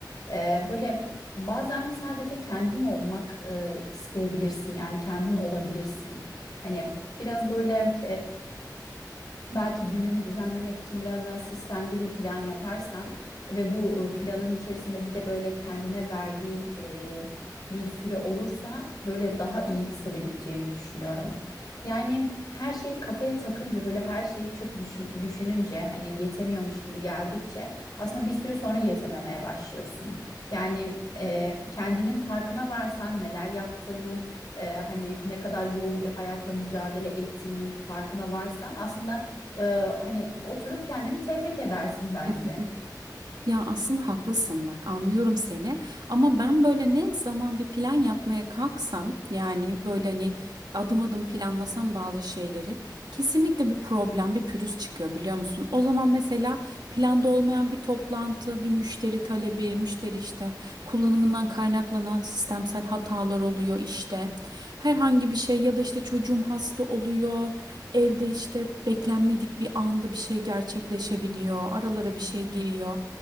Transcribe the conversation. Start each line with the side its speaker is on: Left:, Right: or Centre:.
Left: E, böyle bazen sadece kendin olmak e, isteyebilirsin. Yani kendin olabilirsin. Hani biraz böyle Belki gününü düzenlemek için biraz daha sistemli bir plan yaparsan ve bu e, planın içerisinde bir de böyle kendine verdiğin e, bir süre olursa böyle daha iyi hissedebileceğini düşünüyorum. Yani her şeyi kafaya takınca böyle her şeyi çok düşün- düşününce hani yetemiyormuş gibi geldikçe aslında bir süre sonra yetememeye başlıyorsun. Yani e, kendinin farkına varsan neler yaptığının e, hani ne kadar yoğun bir hayatla mücadele ettiğinin farkına varsan aslında ee, hani oturup kendini tebrik edersin bence.
Right: <laughs> Ya aslında haklısın bak anlıyorum seni ama ben böyle ne zaman bir plan yapmaya kalksam yani böyle hani adım adım planlasam bazı şeyleri kesinlikle bir problem, bir pürüz çıkıyor biliyor musun? O zaman mesela planda olmayan bir toplantı, bir müşteri talebi, müşteri işte kullanımından kaynaklanan sistemsel hatalar oluyor işte. Herhangi bir şey ya da işte çocuğum hasta oluyor. Evde işte beklenmedik bir anda bir şey gerçekleşebiliyor. Aralara bir şey giriyor.